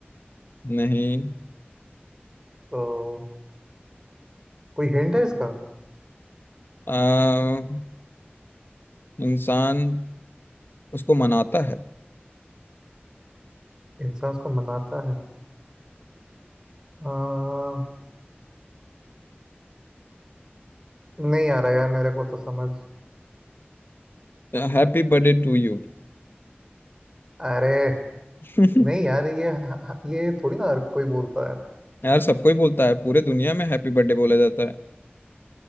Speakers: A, on the left; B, on the right.
A: नहीं
B: तो कोई हिंट है इसका
A: आ, इंसान उसको मनाता है
B: इंसान उसको मनाता है आ, नहीं आ रहा यार मेरे को तो समझ
A: Happy birthday to you
B: अरे
A: <laughs>
B: नहीं यार ये ये थोड़ी ना हर कोई बोलता है
A: यार सबको ही बोलता है पूरे दुनिया में हैप्पी बर्थडे बोला जाता है